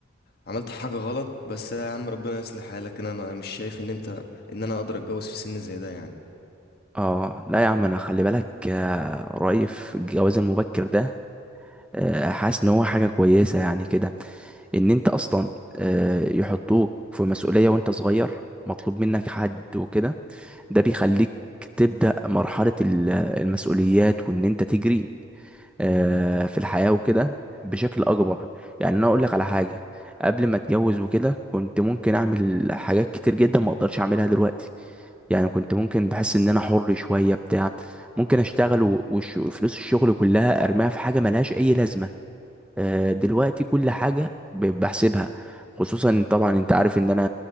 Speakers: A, on the left (about 50°); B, in the centre.
A: عملت حاجة غلط بس لا يا عم ربنا يصلح حالك انا ما مش شايف ان انت ان انا اقدر اتجوز في سن زي ده يعني
B: اه لا يا عم انا خلي بالك آه، رأيي في الجواز المبكر ده آه، حاسس ان هو حاجه كويسه يعني كده ان انت اصلا آه، يحطوك في مسؤوليه وانت صغير مطلوب منك حد وكده ده بيخليك تبدأ مرحلة ال- المسؤوليات وإن أنت تجري آه، في الحياة وكده بشكل أكبر يعني أنا أقول لك على حاجة قبل ما أتجوز وكده كنت ممكن أعمل حاجات كتير جدا ما أقدرش أعملها دلوقتي يعني كنت ممكن بحس إن أنا حر شوية بتاع ممكن أشتغل و- وش- وفلوس الشغل كلها أرميها في حاجة ملهاش أي لازمة آه، دلوقتي كل حاجة ب- بحسبها خصوصا طبعا انت عارف ان انا